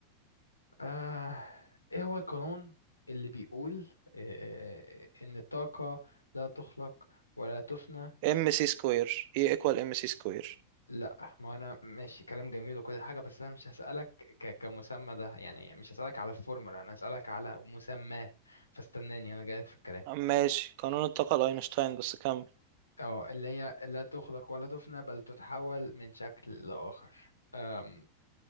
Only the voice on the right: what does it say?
ام سي سكوير ايه ايكوال ام سي سكوير
ماشي قانون الطاقه لاينشتاين بس كمل